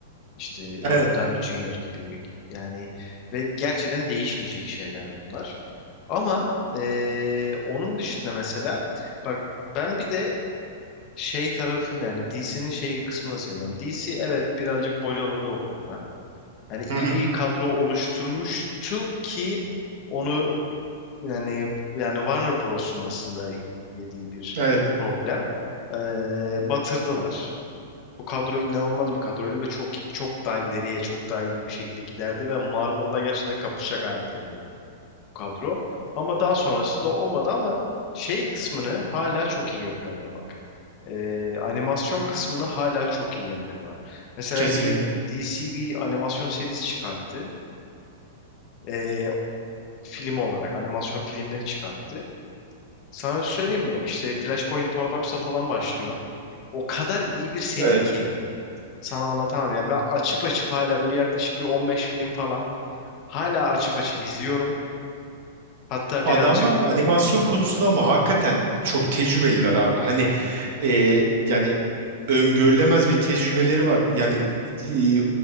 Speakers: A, on the left (about 35°); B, on the right (about 60°).
A: İşte
B: Evet.
A: Robert Downey Jr. gibi. Yani ve gerçekten değişmeyecek şeyler bunlar. Ama eee, onun dışında mesela bak ben bir de şey tarafını yani DC'nin şey kısmını seviyorum. DC evet birazcık bocaladı o konuda. Yani iyi
B: Hı hı.
A: bir kadro oluşturmuştu ki onu yani yani Warner Bros'un aslında yediği bir
B: Evet.
A: problem. Ee, batırdılar. Bu kadro inanılmaz bir kadroydu ve çok çok daha ileriye çok daha iyi bir şekilde giderdi ve Marvel'la gerçekten kapışacak haldeydi kadro. Ama daha sonrasında olmadı ama şey kısmını hala çok iyi yapıyorlar bak. Ee, animasyon kısmını hala çok iyi yapıyorlar. Mesela
B: Kesinlikle.
A: bir DC bir animasyon serisi çıkarttı. Ee, film olarak animasyon filmleri çıkarttı. Sana bir şey söyleyeyim mi? İşte Flashpoint Paradox'la falan başlıyor. O kadar iyi bir seri
B: Evet.
A: ki sana anlatamam. Yani ben açıp açıp hala böyle yaklaşık bir 15 film falan hala açıp açıp izliyorum. Hatta
B: Adamlar
A: birazcık
B: animasyon
A: Hı,
B: konusunda ama hakikaten çok tecrübeliler abi. Hani e, yani öngörülemez bir tecrübeleri var. Yani e,